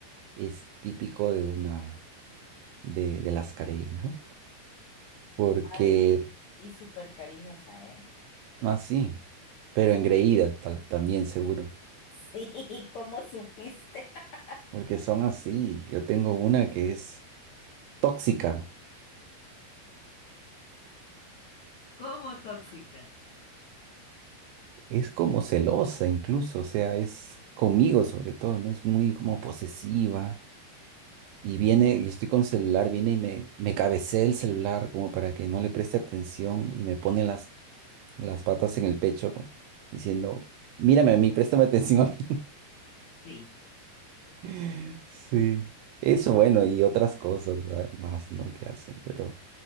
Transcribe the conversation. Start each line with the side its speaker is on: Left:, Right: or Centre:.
Right: es típico de una, de, de las carey, ¿no? Porque,
Left: ay, y súper cariñosa, ¿eh?
Right: no así, pero engreída tal- también seguro,
Left: <laughs> Sí, ¿cómo supiste? <laughs>
Right: porque son así. Yo tengo una que es tóxica,
Left: Como tóxica?
Right: es como celosa incluso, o sea, es conmigo sobre todo, ¿no? Es muy como posesiva. Y viene, y estoy con el celular, viene y me, me cabecea el celular como para que no le preste atención y me pone las, las patas en el pecho como diciendo, mírame a mí, préstame atención a mí.
Left: Sí,
Right: <laughs> Sí, eso
Left: sí es
Right: bueno,
Left: muy
Right: y otras cosas ¿verdad? más, ¿no? Que hacen, pero